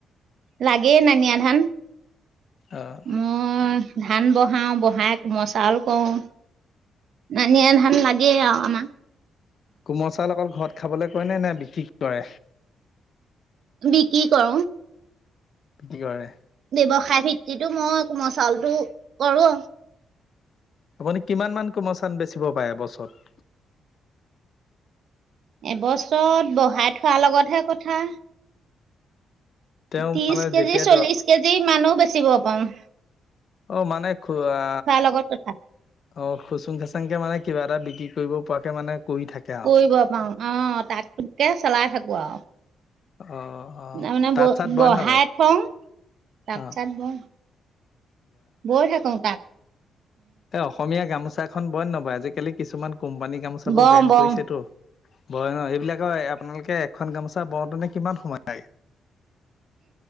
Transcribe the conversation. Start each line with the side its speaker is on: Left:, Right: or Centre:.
Right: লাগেই নানিয়া ধান
Left: অ'
Right: মই মই ধান বহাওঁ বহাই মই কমল চাউল কৰওঁ নানিয়া ধান লাগেনো আৰু
Left: কোমল চাউল, অকল ঘৰত খাবলৈ কয় নে নে বিক্ৰী কৰে।
Right: বিকি কৰো।
Left: বিকি কৰে।
Right: ব্যৱসায় ভিত্তিতো মই কোমল চাউলটো কৰো
Left: আপুনি কিমান মান কোমল চাউল বেচিব পাৰে এবছৰত-
Right: এবছৰত বহাই থোৱাৰ লগতহে কথা।
Left: তেওঁ
Right: ত্ৰিশ
Left: মানে
Right: কেজি
Left: যেতিয়া
Right: চল্লিশ
Left: ধৰ
Right: কেজি মানো বেচিব পাওঁ -
Left: অ মানে খোৱা
Right: লগত কথা
Left: অ খুচুং চাচুং কে মানে কিবা এটা বিকি- কৰিব পৰাকে মানে- কৰি থাকে আৰু।
Right: কৰিব পাৰো অ তাককে চলাই থাকো আউ
Left: অ', অ',
Right: তাৰমানে
Left: তাঁত
Right: ব
Left: চাত বয়
Right: বঢ়াই
Left: নবয়
Right: থগ তাপাছত
Left: অ',
Right: মও বৈ থাকোগ তাত-
Left: এ অসমীয়া গামোচাখন বইনে নবয় আজিকালি কিছুমান কোম্পানী গামোচাবোৰ
Right: বওঁ
Left: বেন
Right: বওঁ
Left: কৰিছেতো বয় ন এইবিলাকৰ আপোনালোকে এখন গামোচা বৰতেনে কিমান সময় লাগে